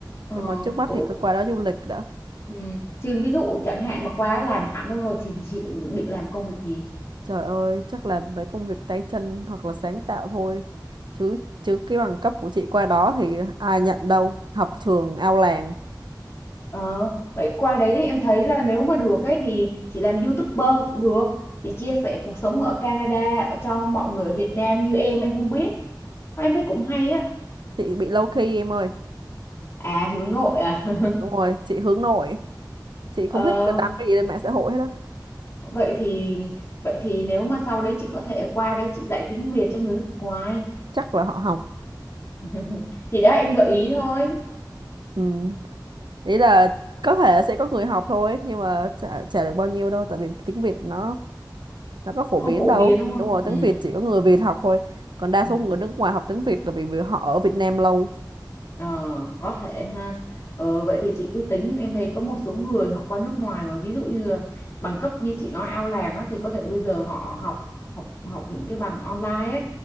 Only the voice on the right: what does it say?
nhưng mà trước mắt
thì cứ qua đó du lịch đã
trời ơi chắc là mấy công việc tay chân hoặc là sáng tạo thôi chứ chứ cái bằng cấp của chị qua đó thì ai nhận đâu học trường ao làng
chị bị low key em ơi
đúng rồi chị hướng nội chị không
thích đăng cái gì lên mạng xã hội hết á
chắc là họ học
ừ. nghĩ là có thể sẽ có người học thôi nhưng mà chả, chả được bao nhiêu đâu tại vì tiếng Việt nó nó có phổ
biến
đâu
đúng rồi
tiếng Việt chỉ có người Việt học thôi còn đa
số người nước ngoài học tiếng Việt là vì vì họ ở Việt Nam lâu